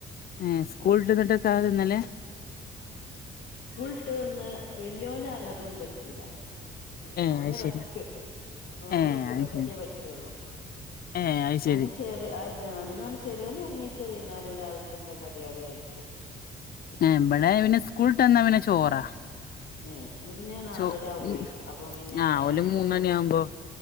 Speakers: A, on the left; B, on the left.
A: ഏഹ് സ്കൂളിട്ടന്നിട്ട് അതക്കാ തിന്നല്
B: സ്കൂൾട്ട് വന്ന് വല്യോന് അങ്ങതൊന്നും പറ്റൂല
A: ഏഹ്
B: ഓന്
A: അത് ശരി
B: റെസ്ക്ക്‌ ഓന്
A: ഏഹ്
B: കൊറച്ച്
A: അത്
B: റെസ്ക്കേ
A: ശരി
B: പറ്റുള്ളൂ
A: ഏഹ് അയ്ശെ
B: അതിന് ചെറി അ അതിനോട് ചെറിയോൻ ഉറങ്ങിനീചാ വൈന്നേരം രാവിലത്തെ എന്താ കടി അത് കഴിക്കും
A: ഏഹ് ഇവടെ പിന്നെ സ്കൂൾട്ട് വന്നാ പിന്നെ ചോറാ
B: ഏഹ് ഇത് പിന്നെ നാലരാവുവേ
A: ചോ ഉം
B: അപ്പോ പിന്നെ
A: ആഹ് ഓല്
B: അപ്പോ
A: മൂന്ന് മണിയാവുമ്പോ